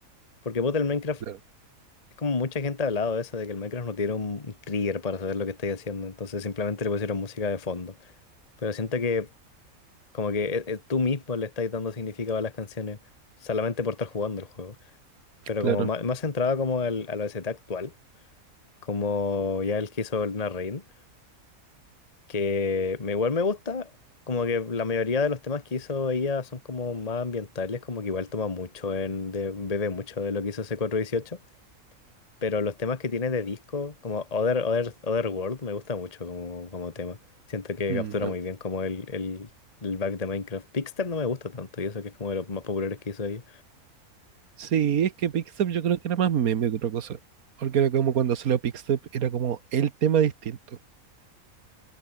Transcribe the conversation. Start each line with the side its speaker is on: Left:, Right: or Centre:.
Left: Porque puta, el Minecraft
Right: claro.
Left: es como mucha gente ha hablado de eso de que el Minecraft no tiene un trigger para saber lo que estáis haciendo, entonces simplemente le pusieron música de fondo. Pero siento que como que eh, eh, tú mismo le estás dando significado a las canciones solamente por estar jugando el juego. Pero
Right: Claro.
Left: como más, más centrado como al, a la OST actual. como ya el que hizo el Rain, que me, igual me gusta, como que la mayoría de los temas que hizo ella son como más ambientales, como que igual toma mucho en, de, bebe mucho de lo que hizo c cuatrocientos dieciocho pero los temas que tiene de disco, como Other, Other, Other World, me gusta mucho como, como tema. Siento que
Right: Mm,
Left: captura muy bien como el, el, el back de Minecraft. Pixter no me gusta tanto, y eso que es como de los más populares que hizo ella.
Right: Sí, es que Quickstep yo creo que era más meme que otra cosa. Porque era como cuando salió Quickstep, era como el tema distinto.